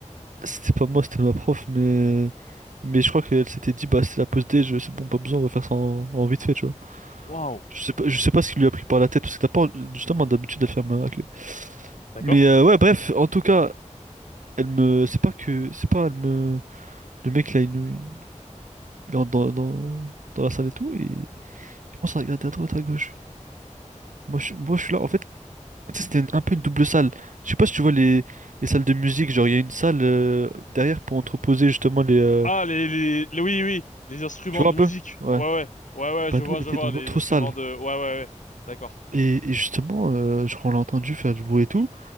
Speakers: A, on the right (about 75°); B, on the left (about 75°).
A: c'était pas moi, c'était ma prof, mais... Mais je crois qu'elle s'était dit, bah, c'est la pause D, je... c'est bon, pas besoin, on va faire ça en, en vite fait, tu vois.
B: Waouh.
A: Je sais pas, je sais pas ce qui lui a pris par la tête, parce que t'as pas justement d'habitude à faire ma raclée.
B: D'accord.
A: Mais euh, ouais, bref, en tout cas, elle me. C'est pas que. C'est pas, elle me. Le mec là, il, nous- il entre dans, dans, dans la salle et tout, et il commence à regarder à droite, à gauche. Moi je, moi, je suis là, en fait, tu sais, c'était un peu une double salle. Je sais pas si tu vois les, les salles de musique, genre il y a une salle euh, derrière pour entreposer justement les. euh,
B: Ah, les, les, les- oui, oui, les instruments
A: Tu vois
B: de
A: un peu?
B: musique.
A: Ouais.
B: Ouais, ouais, ouais, ouais, je
A: Bah
B: vois,
A: nous, on était
B: je vois,
A: dans
B: les
A: l'autre
B: instruments
A: salle.
B: de, ouais, ouais, ouais, d'accord,
A: Et, et justement, euh, genre, on l'a entendu faire du bruit et tout.